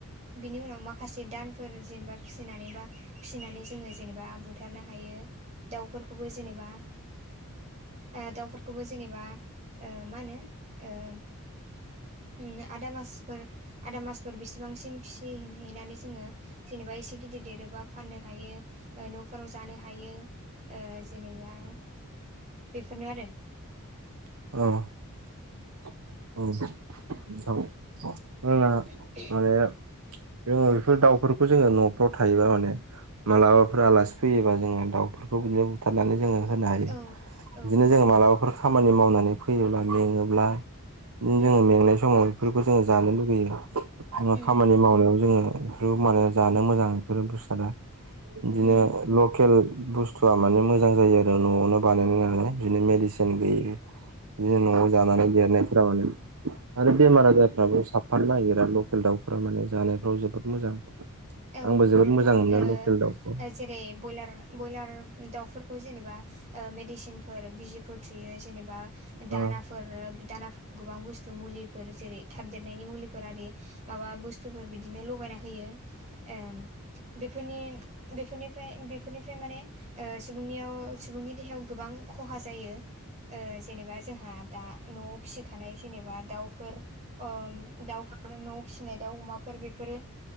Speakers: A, on the right; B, on the right.
A: बिनि उनाव माखासे दानफोर जेनेबा फिसिनानै बा फिसिनानै जोङो जेनेबा बुथारनो हायो दाउफोरखौबो जेनेबा ओ दाउफोरखौबो जेनेबा ओ मा होनो ओ उम आदा मासफोर आदा मासफोर बेसिबांसिम फिसि हैनानै जोङो जेनेबा एसे गिदिर देरोबा फाननो हायो ओ न'फोराव जानो हा यो जेनेबा बेफोरनो आरो
B: अ औ नोंथां जोंना
A: <inaudible>
B: माने जोङो बेफोर दाउफोरखौ जोङो न'फ्राव थायोबा माने मालाबाफोर आलासि फैयोबा जोङो दाउफोरखौ बिदिनो बुथारनानै जोङो होनो हायो
A: औ
B: बिदिनो
A: औ
B: जों मालाबाफोर खामानि मावनानै फैयोब्ला मेङोब्ला <unintelligible> जोङो
A: उम
B: मेंनाय समाव बेफोरखौ जोङो जानो लुुबैयो जोङो
A: उम
B: खामानि मावनायाव जोङो बे माने जानो मोजां बेफोरो बुसादा <unintelligible> बिदिनो
A: उम
B: ल केल बुसथुआ माने मोजां जायो आरो न'वावनो बानायनाय नालाय बिदिनो मेडिसिन गैयि बिदिनो न'वाव जानानै देरनायफोरा माने आरो बेमार आजारफ्राबो
A: उम
B: सा फानो नागिरा लकेल दाउफोरा माने जानायफ्राव जोबोद मोजां आंबो
A: औ नंगौ
B: जोबोद
A: नोंथां
B: मोजां मोनो
A: ओ
B: लकेल दाउखौ
A: ओ जेरै बयलार ब्रयलार दाउफोरखौ जेनेबा मेदिसिनफोर बिजिफोर थुयो जेनेबा
B: औ
A: दाना फोर दाना गोबां बुसथु मुलिफोर जेरै थाबदेरनायनि मुलिफोर आरि माबा बुसथुफोर बिदिनो लगायना होयो ओम बेफोरनि बेफोरनिफ्राय बेफोरनिफ्राय माने ओ सुबुंनियाव सुबुंनि देहायाव गोबां खहा जायो ओ जेनेबा जोंहा दा न'आव फिसिखानाय जेनेबा दाउफोर ओम दाउफोर न' फिसिनाय दाउ अमाफोर ओ बेफोरो